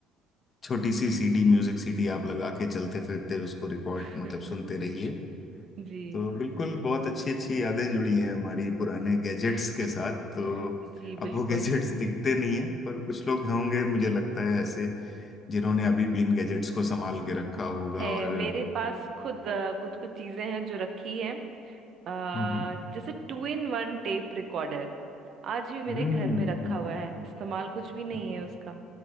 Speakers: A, on the left; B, on the right.
A: छोटी सी सीडी म्यूजिक सीडी आप लगा के चलते फिरते उसको रिकॉर्ड
B: <laughs>
A: मतलब सुनते रहिए
B: जी
A: तो बिल्कुल बहुत अच्छी अच्छी यादें जुड़ी हैं हमारी पुराने गैजेट्स
B: <laughs>
A: के साथ तो
B: जी
A: अब
B: बिल्कुल
A: वो गैजेट्स दिखते नहीं है पर कुछ लोग होंगे मुझे लगता है ऐसे जिन्होंने अभी भी इन गैजेट्स को संभाल के रखा होगा
B: है
A: और
B: मेरे पास खुद कुछ कुछ चीजें हैं जो रखी हैं अ,
A: हम्म हम्म।
B: जैसे two in one tape recorder आज भी मेरे
A: हम्म
B: घर में रखा हुआ है इस्तेमाल कुछ भी नहीं
A: हम्म।
B: है उसका